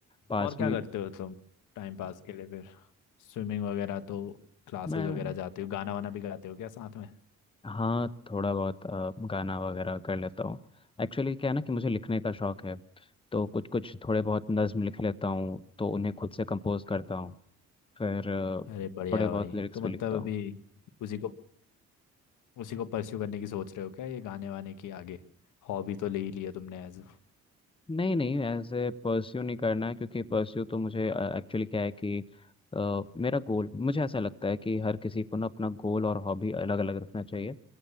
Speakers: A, on the left; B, on the left.
A: पास
B: और क्या
A: में
B: करते हो तुम टाइम पास के लिए फिर स्विमिंग वगैरह तो क्लासेस
A: मैं
B: वगैरह जाते हो गाना वाना भी गाते हो क्या साथ में
A: हाँ थोड़ा बहुत अ, गाना वगैरह कर लेता हूँ एक्चुअली क्या है ना कि मुझे लिखने का शौक है तो कुछ कुछ थोड़े बहुत नज्म लिख लेता हूँ तो उन्हें खुद से कंपोज करता हूँ फिर अ,
B: अरे बढ़िया
A: थोड़े बहुत
B: भाई
A: लिरिक्स
B: तो मतलब
A: भी लिखता हूँ
B: अभी उसी को उसी को परस्यू करने की सोच रहे हो क्या ये गाने वाने की आगे हॉबी तो ले ही लिया तुमने एज
A: नहीं नहीं ऐसे परस्यू नहीं करना है क्योंकि परस्यू तो मुझे एक्चुअली क्या है कि अ, मेरा गोल मुझे ऐसा लगता है कि हर किसी को ना अपना गोल और हॉबी अलग अलग रखना चाहिए